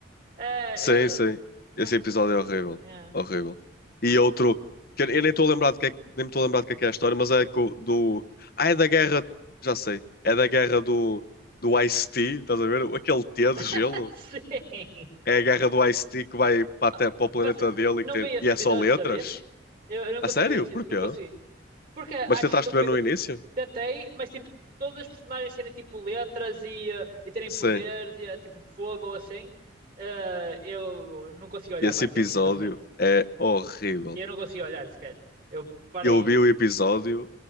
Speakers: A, on the right; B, on the left.
A: É,
B: Sim,
A: é,
B: sim.
A: não.
B: Esse episódio é horrível.
A: É.
B: Horrível. E outro, que eu eu nem estou a lembrar de que é, que- nem me estou a lembrar de que é, que é a história, mas é co- do. Ah, é da guerra. Já sei. É da guerra do, do Ice-T, estás a ver? Aquele T de gelo.
A: <laughs> Sim.
B: é a guerra do Ice-T que vai para, a
A: Ah,
B: te- para o planeta
A: passa-
B: dele
A: Não
B: e, que tem-
A: vi esse
B: e é
A: episódio,
B: só letras?
A: sabes? Eu, eu não
B: A
A: consegui
B: sério?
A: ver esse,
B: Porquê?
A: não consegui. Porque acho
B: Mas tentaste
A: estúpido.
B: ver no início?
A: Tentei, mas tipo, todas as personagens terem tipo letras e, eh, e terem
B: Sim.
A: poderes, e, eh, tipo de fogo ou assim, eh, eu não consegui olhar
B: Esse
A: para aquilo,
B: episódio
A: simplesmente.
B: é horrível.
A: Eu não consegui olhar sequer. Eu parei,
B: Eu vi o episódio.